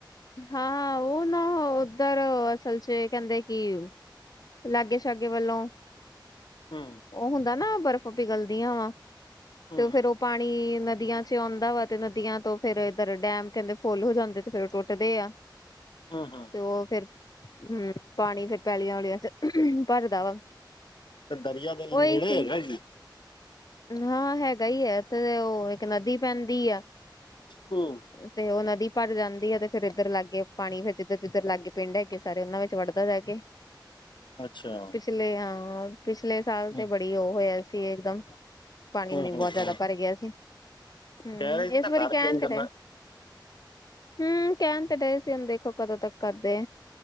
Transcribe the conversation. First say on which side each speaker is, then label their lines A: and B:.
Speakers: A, on the left; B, on the left.
A: ਹਾਂ ਉਹ ਨਾ ਉੱਧਰ ਅਸਲ ਚ ਕਹਿੰਦੇ ਕਿ ਲਾਗੇ ਸ਼ਾਗੇ ਵੱਲੋਂ
B: ਹੂੰ,
A: ਉਹ ਹੁੰਦਾ ਨਾ ਬਰਫ਼ ਪਿਘਲਦੀਆਂ ਵਾ
B: ਹੂੰ
A: ਤੇ ਫੇਰ ਉਹ ਪਾਣੀ ਨਦੀਆਂ ਚ ਆਉਂਦਾ ਵਾ ਤੇ ਨਦੀਆਂ ਤੋਂ ਫੇਰ ਇੱਧਰ ਡੈਮ ਕਹਿੰਦੇ ਫੁੱਲ ਹੋ ਜਾਂਦੇ ਤੇ ਫੇਰ ਫੁੱਟਦੇ ਆ।
B: ਹਾਂ ਹਾਂ,
A: ਤੇ ਉਹ ਫੇਰ ਹੂੰ ਪਾਣੀ ਫੇਰ ਪੈਲੀਆਂ ਚ ਭਰਦਾ ਵਾ,
B: ਦਰਿਆ ਦੇ ਨੇੜੇ
A: ਉਹੀ ਸੀ
B: ਹੈਗਾ ਜੀ?
A: ਹਾਂ ਹੈਗਾ ਹੀ ਹੈ, ਇੱਥੇ ਉਹ ਇੱਕ ਨਦੀ ਪੈਂਦੀ ਆ।
B: ਹੂੰ,
A: ਤੇ ਉਹ ਨਦੀ ਭਰ ਜਾਂਦੀ ਆ ਤੇ ਫੇਰ ਇੱਧਰ ਲਾਗੇ ਪਾਣੀ ਫਿਰ ਜਿੱਧਰ ਜਿੱਧਰ ਲਾਗੇ ਪਿੰਡ ਹੈਗੇ, ਸਾਰੇ ਉਹਨਾਂ ਵਿੱਚ ਵੜਦਾ ਜਾਕੇ,
B: ਅੱਛਾ,
A: ਪਿਛਲੇ ਹਾਂ ਪਿਛਲੇ ਸਾਲ
B: ਹੂੰ
A: ਤੇ ਬੜੀ ਉਹ ਹੋਇਆ ਸੀ ਇਕਦਮ। ਪਾਣੀ-
B: ਹੂੰ
A: ਪੁਣੀ ਬਹੁਤ
B: ਹੂੰ
A: ਜਿਆਦਾ ਭਰ ਗਿਆ ਸੀ। ਹਮ
B: ਕਹਿ ਰਹੇ ਸੀ ਨਾ
A: ਇਸ ਵਾਰੀ
B: ਘਰ
A: ਕਹਿਣ
B: ਚੇਂਜ
A: ਤੇ
B: ਕਰਨਾ
A: ਡੇ। ਹਮ ਕਹਿਣ ਤੇ ਡਏ ਸੀ' ਹੁਣ ਦੇਖੋ ਕਦੋਂ ਤੱਕ ਕਰਦੇ।